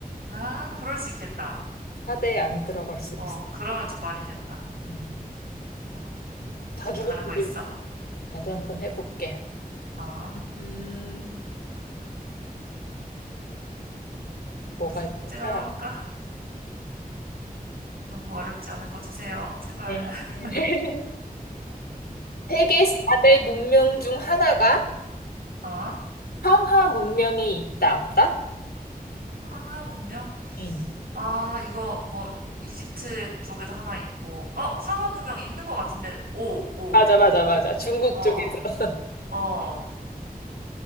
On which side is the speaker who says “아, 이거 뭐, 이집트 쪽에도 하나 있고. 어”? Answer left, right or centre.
Right